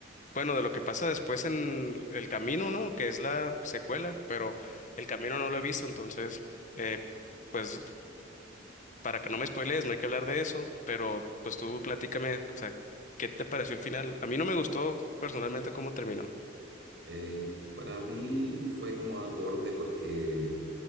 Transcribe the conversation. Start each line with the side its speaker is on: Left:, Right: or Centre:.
Left: bueno, de lo que pasa después en el camino, ¿no? Que es la secuela, pero el camino no lo he visto, entonces, eh, pues para que no me spoilees, no hay que hablar de eso, pero pues tú platícame, o sea, ¿qué te pareció el final? A mí no me gustó personalmente cómo terminó.
Right: Eh, para mí fue como acorde porque